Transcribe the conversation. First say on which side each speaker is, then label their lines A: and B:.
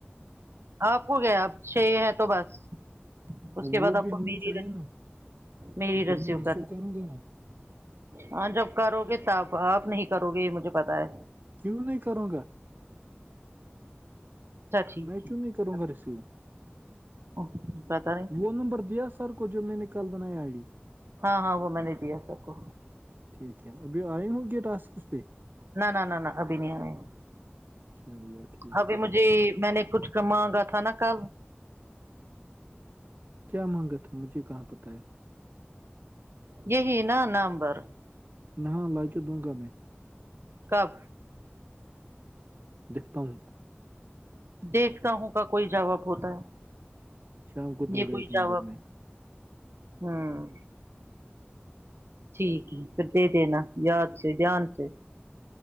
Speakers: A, on the right (about 80°); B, on the right (about 50°).
A: آپ کو گیا اب اچھے تو بس اس کے بعد
B: وہ
A: آپ
B: بھی
A: کو
B: ہونی
A: میری
B: چاہیے
A: ر
B: نا
A: میری رسیو
B: پھر میں ریسیو
A: کرنی
B: کروں گا نا
A: ہاں جب کرو گے تب آپ نہیں کرو گے یہ مجھے پتا ہے
B: کیوں نہیں کروں گا
A: ٹھیک
B: میں کیوں
A: ہے
B: نہیں کروں
A: کر
B: گا
A: دی.
B: ریسیو
A: اوہ، پتا نہیں
B: وہ نمبر دیا سر کو جو میں نے کل بنایا آئی ڈی
A: ہاں ہاں وہ میں نے دیا سر کو
B: ٹھیک ہے ابھی آئے ہ ہو ٹیکساس پہ
A: نہ نہ نہ نہ ابھی نہیں آئے
B: چلو ٹھیک
A: ابھی
B: ہے
A: مجھے میں نے کچھ کا مانگا تھا نا کل
B: کیا مانگا تھا مجھے کہاں پتا ہے
A: یہی نا نامبر
B: نہاں مرکے دوں گا میں
A: کب
B: دیکھتا ہوں
A: دیکھتا ہوں کا کوئی جواب ہوتا ہے
B: شام کو دوں
A: یہ
B: گا
A: کوئی
B: ایک نمبر
A: جواب
B: میں
A: ہوں ٹھیک ہے پھر دے دینا یاد سے دھیان سے